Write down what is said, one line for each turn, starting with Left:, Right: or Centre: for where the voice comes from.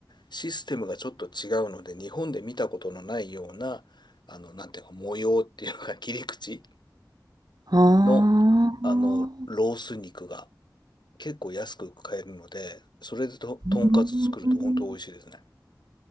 Left: システムがちょっと違うので、日本で見たことのないような、あの、なんていうか、模様っていうのか、切り口
Right: ああー。
Left: の、あの、ロース肉が結構安く買えるので、それでと、
Right: う
Left: とんかつ作ると本当美味しいですね。
Right: ん